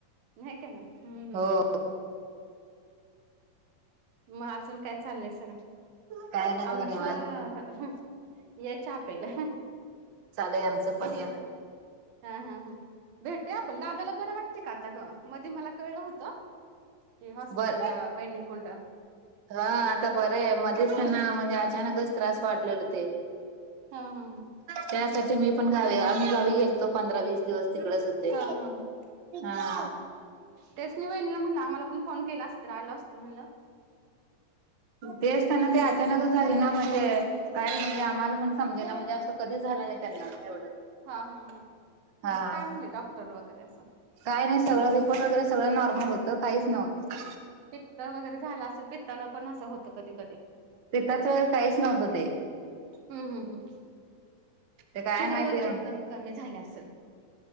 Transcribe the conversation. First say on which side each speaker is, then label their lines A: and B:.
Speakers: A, on the right (about 75°); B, on the right (about 50°).
A: हेय कणी हम्म हम्म.
B: हो
A: मग अजून काय चाललंय सग
B: काय नाही बघा
A: आमचं,,
B: निवांत
A: या चहा प्यायला,
B: चालू आहे आमचं पण या.
A: हा हा हा, भेटुया आपण, दादाला बरं वाटतय का आता गं, मधी मला कळलं होतं, ते हॉस्पिटलला
B: बर
A: वैनिकडनं.
B: हा आता बरं आहे, मध्येच त्यांना म्हणजे अचानकच त्रास वाढलेलं ते.
A: हा हा
B: त्यासाठी मी पण गावी, आम्ही गावी गेलतो पंधरा वीसऽ दिवस तिकडेच होते,,
A: हा हा हा
B: हा.
A: तेच मी वैनीला म्हणलं, आम्हाला पण फोन केला असता तर आलो असतं म्हणलं.
B: तेच त्यांना ते अचानकच झाली ना म्हणजेऽ काय म्हणजे आम्हाला पण समजेना म्हणजे असं कधीच झालं नाही त्यांना,, एवढं.
A: हा हा हा,
B: हा
A: मग काय म्हणले डॉक्टर वगैरे असंऽ
B: काय नाही, सगळं रिपोर्ट वगैरे नॉर्मल होतं, काहीच नवतं.
A: पित्त वगैरे झाला असेल, पित तानं पण असं होतं कधी कधी.
B: तिथंच वेळ काहीच नव्हतं ते
A: हम्म हम ह्ं,
B: ते काय
A: शुगर
B: माहिती
A: वगैरे एकदम कमी झाली असल.